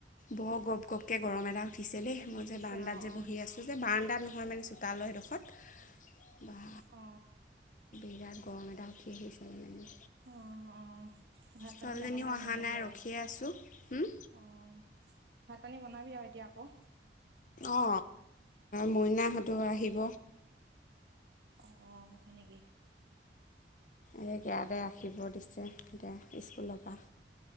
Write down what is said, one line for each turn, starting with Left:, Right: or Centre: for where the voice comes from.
Left: বৰ গপ-গপকে গৰম এটা উঠিছে দেই মই
Right: উঠিছে
Left: যে বাৰান্দাত
Right: অঁ
Left: যে
Right: অঁ
Left: বহি আছোঁ যে বাৰান্দাত নহয় মানে চোতাল এডোখৰত।
Right: অ।
Left: বিৰাট গৰম এটা উঠি আহিছে মানে মোৰ
Right: অ, অ, ত' ভাত-পানী
Left: ছোৱালীজনীও
Right: লাহে লাহে
Left: অহা
Right: বনাবি
Left: নাই
Right: আৰু।
Left: ৰখিয়ে আছোঁ হুম,
Right: অ, ভাত-পানী বনাবি আৰু এতিয়া আকৌ।
Left: অ, মইনাহঁতো আহিব।
Right: অ, হয় নেকি?
Left: এই <unintelligible> ৰাখিব দিছে এতিয়া স্কুলৰ পৰা